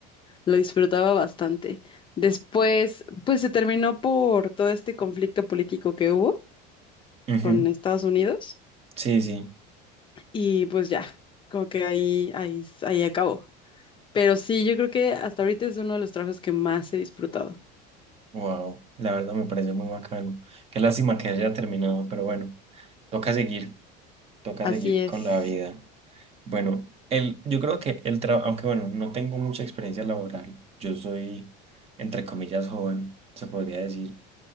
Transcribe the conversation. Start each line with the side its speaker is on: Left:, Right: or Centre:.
Left: lo disfrutaba bastante. Después, pues se terminó por todo este conflicto político que hubo
Right: Ujú,
Left: con Estados Unidos
Right: Sí, sí.
Left: y pues ya, como que ahí, ahí, ahí acabó. Pero sí, yo creo que hasta ahorita es uno de los trabajos que más he disfrutado.
Right: Wow, la verdad me parece muy bacano. Qué lástima que haya terminado, pero bueno, toca seguir, toca
Left: Así
Right: seguir
Left: es.
Right: con la vida. Bueno, el, yo creo que el trabajo, aunque bueno, no tengo mucha experiencia laboral, yo soy, entre comillas, joven, se podría decir,